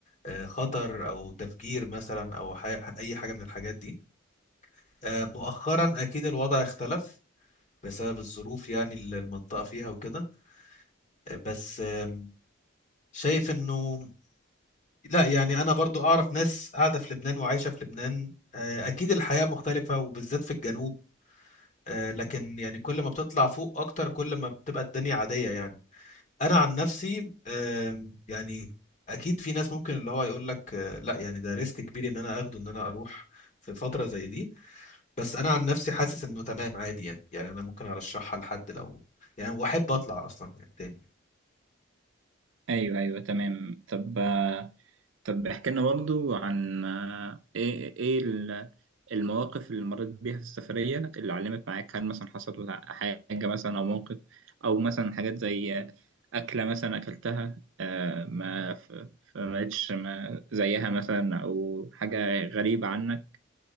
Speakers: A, on the left; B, on the right.
A: آه، خطر او تفجير مثلا او ح- اي حاجه من الحاجات دي آه، مؤخرا اكيد الوضع اختلف بسبب الظروف يعني اللي المنطقه فيها وكده آه، بس آم، شايف انه لا يعني انا برضو اعرف ناس قاعده في لبنان وعايشه في لبنان آه، اكيد الحياه مختلفه وبالذات في الجنوب آه، لكن يعني كل ما بتطلع فوق اكتر كل ما بتبقى الدنيا عاديه يعني انا عن نفسي آم، يعني اكيد في ناس ممكن اللي هو يقول لك آه، لا يعني ده ريسك كبير ان انا اخده ان انا اروح في فترة زي دي بس انا عن نفسي حاسس انه تمام عادي يعني يعني انا ممكن ارشحها لحد لو يعني واحب اطلع اصلا يعني تاني
B: أيوه أيوه تمام طب طب احكي لنا برضو عن آه، ايه ايه ال- المواقف اللي مريت بيها في السفرية اللي علمت معاك هل مثلا حصل حاجة مثلا أو موقف أو مثلا حاجات زي أكلة مثلا أكلتها آه، ما ف- فما لقيتش ما زيها مثلا أو حاجة غريبة عنك